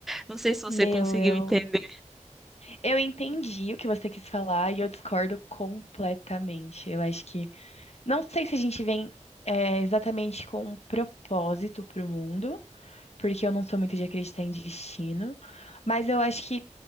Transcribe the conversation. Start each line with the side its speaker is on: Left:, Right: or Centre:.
Centre: Não sei se você
Left: Meu,
Centre: conseguiu
Left: eu.
Centre: entender.
Left: Eu entendi o que você quis falar e eu discordo completamente. Eu acho que. Não sei se a gente vem é, exatamente com um propósito pro mundo, porque eu não sou muito de acreditar em destino, mas eu acho que